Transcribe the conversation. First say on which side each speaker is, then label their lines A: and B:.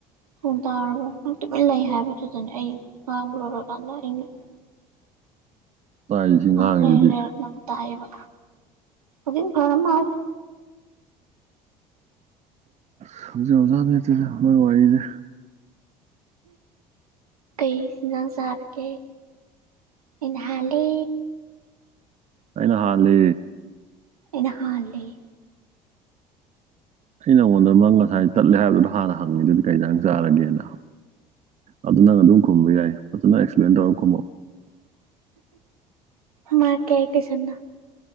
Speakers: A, on the right (about 80°); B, on the right (about 40°).
A: ꯎꯝ ꯇꯥꯔꯕꯣ ꯇꯨꯃꯤꯟ ꯂꯩ ꯍꯥꯏꯕꯗꯨꯗꯅꯦ ꯑꯩ ꯉꯥꯡꯕ ꯂꯣꯏꯔꯀꯥꯟꯗ ꯑꯩꯅ
B: ꯇꯥꯏꯁꯤ ꯉꯥꯡꯉꯤꯁꯤꯗꯤ
A: ꯉꯥꯛ ꯂꯩꯔ ꯂꯩꯔꯒ ꯅꯪ ꯇꯥꯏꯑꯕ ꯍꯧꯖꯤꯛ ꯐꯔ ꯃꯥꯜꯂꯦ
B: ꯈꯪꯖꯕꯖꯥꯠ ꯅꯠꯇꯦꯗ ꯃꯣꯏ ꯋꯥꯔꯤꯁꯦ
A: ꯀꯩ ꯏꯟꯖꯥꯡ ꯆꯥꯔꯒꯦ ꯑꯩꯅ ꯍꯥꯂꯦ
B: ꯑꯩꯅ ꯍꯥꯥꯟꯂꯤ
A: ꯑꯩꯅꯥ ꯍꯥꯜꯂꯩ
B: ꯁꯤ ꯅꯉꯣꯟꯗ ꯅꯪ ꯉꯁꯥꯏ ꯇꯠꯂꯦ ꯍꯥꯏꯕꯗꯨꯗ ꯍꯥꯟꯅ ꯍꯪꯉꯤꯗꯨꯗꯤ ꯀꯩ ꯑꯦꯟꯁꯥꯡ ꯆꯥꯔꯒꯦꯅ ꯑꯗꯨ ꯅꯪ ꯑꯗꯨꯝ ꯈꯨꯝꯕ ꯌꯥꯏ ꯐꯖꯅ ꯑꯦꯛꯁꯄ꯭ꯂꯦꯟ ꯇꯧꯔꯒ ꯈꯨꯝꯃꯛꯑꯣ
A: ꯃꯥ ꯀꯩ ꯇꯨꯏꯁꯟꯅꯣ